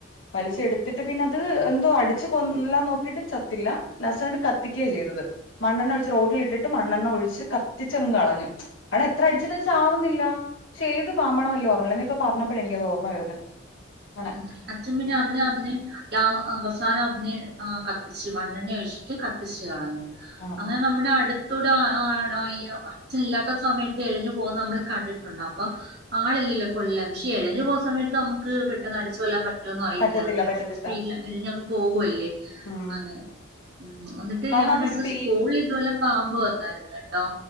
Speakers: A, on the left (about 80°); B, on the right (about 55°).
A: വലിച്ചെടുത്തിട്ട് പിന്നെ അത് എന്തോ അടിച്ചു കൊല്ലാൻ നോക്കിട്ട് ചത്തില്ല ലാസ്റ്റ്ങ്ട്ട് കത്തിക്ക്യാ ചെയ്തത് മണ്ണെണ്ണ ഒഴിച്ച് റോട്ടിലിട്ടിട്ട് മണ്ണെണ്ണ ഒഴിച്ച് കത്തിച്ചെങ് കളഞ്ഞു കാരണം എത്ര അടിച്ചിട്ടും ചാവുന്നില്ല ക്ഷേത് പാമ്പണല്ലേ ഓർമയില്ല നീയിപ്പോ പർഞ്ഞപ്പഴേ എനിക്ക് അത് ഓർമ്മ വരുന്നേ അങ്ങനെ
B: ഉം അച്ഛൻ പിന്നെ അതിനെ അതിനെ അവസാനം അതിനെ കത്തിച്ച് അഹ് മണ്ണെണ്ണ ഒഴിച്ചി ട്ട് കത്തിച്ചു കളഞ്
A: ആ
B: അങ്ങനെ
A: ആ
B: നമ്മുടെ അടു ത്തുട <unintelligible> അച്ഛൻ ഇല്ലാത്ത സമയത്ത് എഴിഞ്ഞു പോകുന്ന നമ്മള് കണ്ടിട്ടുണ്ട് അപ്പൊ ആളില്ലല്ലോ കൊല്ലൻക്ഷെ എഴഞ്ഞു പോസമയത്ത് നമുക്ക് പെട്ടെന്ന് അടിച്ച് കൊല്ലാൻ പ റ്റോന്ന അറിയിത്തില്ല
A: പറ്റത്തില്ല
B: അതങ്
A: പറ്റത്തില്ല
B: സ്പീഡ് എഴഞ്ഞങ് പോകുവല്ലേ
A: ഉം
B: അങ്ങനെ ഉം എന്നിട്ട്
A: കാരണം
B: ഞങ്ങളുടെ
A: അത്
B: അടുത്ത്
A: സ്പീ
B: സ്കൂളിൽ ഇതുപോലെ പാമ്പ് വന്നായിരുന്നു ട്ടോ